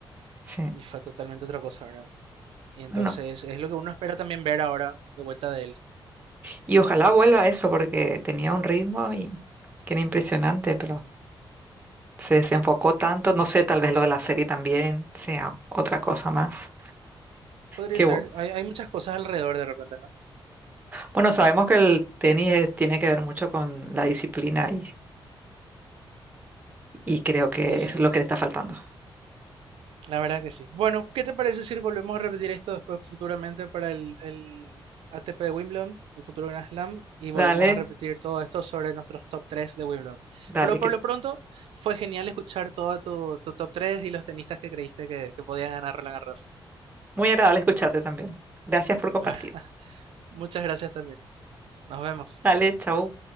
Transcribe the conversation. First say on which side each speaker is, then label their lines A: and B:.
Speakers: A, on the right; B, on the right.
A: sí.
B: y fue totalmente otra cosa, ¿verdad? Y entonces
A: Bueno,
B: es lo que uno espera también ver ahora de vuelta de él.
A: y ojalá vuelva a eso porque tenía un ritmo y que era impresionante, pero... Se desenfocó tanto, no sé, tal vez lo de la serie también sea otra cosa más.
B: Podría
A: Que,
B: ser,
A: bu-
B: hay, hay muchas cosas alrededor de repente, ¿no?
A: bueno, sabemos que el tenis es- tiene que ver mucho con la disciplina y, y creo que
B: Y sí.
A: eso es lo que le está faltando.
B: La verdad que sí. Bueno, ¿qué te parece si volvemos a repetir esto después futuramente para el, el ATP de Wimbledon, el futuro Grand Slam, y volvemos
A: Dale,
B: a repetir todo esto sobre nuestros top 3 de Wimbledon?
A: dale,
B: Pero por
A: que
B: lo pronto fue genial escuchar todo tu, tu top 3 y los tenistas que creíste que, que podían ganar Roland Garros.
A: muy agradable escucharte también. Gracias por compartir.
B: La verdad, Muchas gracias también. Nos vemos.
A: Dale, chao.